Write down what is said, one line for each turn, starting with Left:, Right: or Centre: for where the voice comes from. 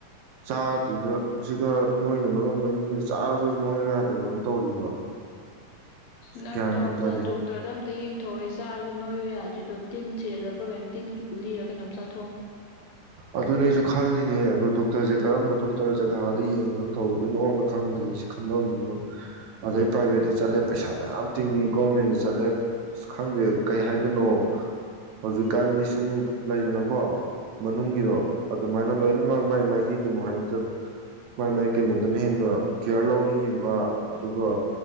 Right: ꯆꯥꯗ꯭ꯔꯤꯕꯁꯤꯒ ꯅꯣꯏꯅ ꯃꯔꯣꯟ ꯅꯣꯏꯅꯤꯅ ꯆꯥꯔꯒꯁꯨ ꯅꯣꯏ ꯌꯥꯗꯕ ꯑꯃ ꯇꯧꯔꯤꯕ
Left: ꯅꯪꯗꯣ
Right: ꯒ꯭ꯌꯥꯟ ꯃꯦꯟ
Left: ꯑꯝꯇ
Right: ꯇꯥꯗꯦ
Left: ꯗꯣꯛꯇꯔꯣ ꯑꯝꯇ ꯌꯦꯡ ꯥꯊꯣꯛꯑꯦ ꯆꯥꯔꯁꯨ ꯅꯣꯏꯌꯣ ꯌꯥꯗ꯭ꯔꯤꯗꯣ ꯇꯤꯟꯁꯦꯗ ꯄ꯭ꯔꯣꯕ꯭ꯂꯦꯝ ꯇꯤꯟꯒꯤ ꯀꯨ ꯂꯤꯔꯒ ꯀꯩꯅꯣꯝ ꯆꯥꯊꯣꯛꯑꯣ
Right: ꯑꯗꯨꯅꯦ ꯑꯩꯁꯨ ꯈꯜꯂꯤꯅꯦ ꯑꯗꯣ ꯗꯣꯛꯇꯔꯁꯦ ꯀꯔꯝꯕ ꯗꯣꯛꯇꯔ ꯖꯒꯥꯗ ꯌꯦꯡꯉꯒ ꯇꯧꯗꯣꯏꯅꯣꯅ ꯈꯪꯗ꯭ꯔꯦꯁꯦ ꯈꯟꯕ ꯑꯃ ꯑꯗꯩ ꯄ꯭ꯔꯥꯏꯚꯦꯠꯇ ꯆꯠꯂꯦ ꯄꯩꯁꯥ ꯃꯌꯥꯝ ꯇꯤꯡꯉꯤ ꯒꯣꯔꯃꯦꯟꯗ ꯆꯠꯂꯦ ꯑ ꯈꯪꯗꯦ ꯀꯩ ꯍꯥꯏꯗꯣꯏꯅꯣ ꯍꯧꯖꯤꯛꯀꯥꯟꯗꯤ ꯁꯨꯝ ꯂꯩꯗꯅꯀꯣ ꯃꯅꯨꯡꯒꯤꯗꯣ ꯑꯗꯨꯃꯥꯏꯅ ꯂꯣꯏꯅꯃꯛ ꯃꯥꯏ ꯃꯥꯏꯒꯤ ꯀꯩꯅꯣ ꯍꯥꯏꯗ ꯃꯥꯏ ꯃꯥꯏ ꯀꯩꯅꯣꯗꯅ ꯍꯦꯟꯅ ꯀꯤꯌꯥꯔ ꯂꯧꯅ ꯌꯦꯡꯕ ꯑꯗꯨꯒ